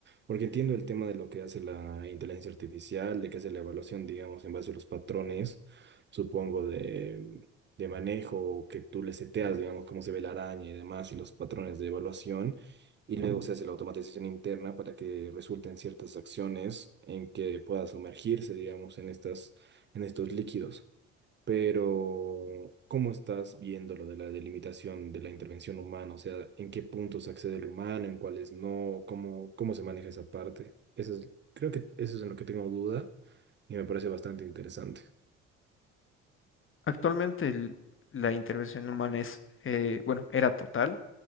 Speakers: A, on the right; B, on the left.
A: Porque entiendo el tema de lo que hace la inteligencia artificial, de que hace la evaluación, digamos, en base a los patrones, supongo, de, de manejo, que tú le seteas, digamos, cómo se ve la araña y demás, y los patrones de evaluación, y luego se hace la automatización interna para que resulten ciertas acciones en que pueda sumergirse, digamos, en estas, en estos líquidos. Pero, ¿cómo estás viendo lo de la delimitación de la intervención humana? O sea, ¿en qué puntos accede el humano, en cuáles no? ¿Cómo, cómo se maneja esa parte? Eso es, creo que eso es en lo que tengo duda y me parece bastante interesante.
B: Actualmente el- la intervención humana es, eh, bueno, era total,